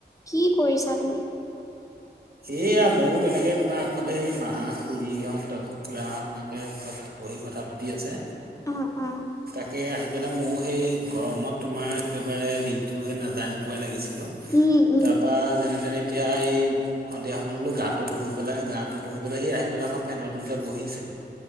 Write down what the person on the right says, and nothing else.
এয়া মইও তেনেকে তোমাৰ- ফালে সেই মা খুৰীহঁত ততে খুৰাহঁত এনেকে বহি কথা পাতি আছে।
তাকে আহি পেলাই ময়ো সেই গৰমত তোমাৰ একেবাৰে দিনটো নাজানোপোৱাই লাগিছিল।
তাৰ পৰা যেনে তেনে এতিয়া এই- সন্ধিয়া সময়ত বোলো গাটো ধুই পেলাই গাটো ধই পেলাই এই আহি পেলাই এখন ফেনৰ তলতে বহিছিলো-